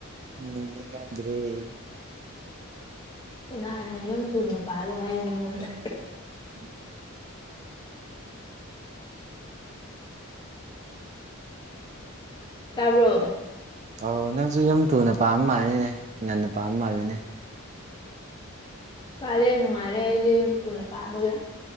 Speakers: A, on the right; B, on the left.
A: ꯎꯝ ꯌꯦꯉꯗ꯭ꯔꯤ
B: ꯀꯅꯥꯅ ꯌꯨꯝ ꯊꯨꯅ ꯄꯥꯜꯂꯨ ꯍꯥꯏꯗꯣꯏꯅꯣꯅ
A: ꯎꯝ
B: ꯇꯕ
A: ꯑꯣ ꯅꯪꯁꯨ ꯌꯨꯝ ꯊꯨꯅ ꯄꯥꯝꯕ ꯃꯥꯜꯂꯤꯅꯦ ꯉꯟꯅ ꯄꯥꯝꯕ ꯃꯥꯜꯜꯂꯤꯅꯦ
B: ꯄꯥꯜꯂꯦ ꯅꯨꯡꯉꯥꯏꯔꯦ ꯑꯩꯁꯦ ꯌꯨꯝ ꯊꯨꯅ ꯄꯥꯟꯕꯒꯦ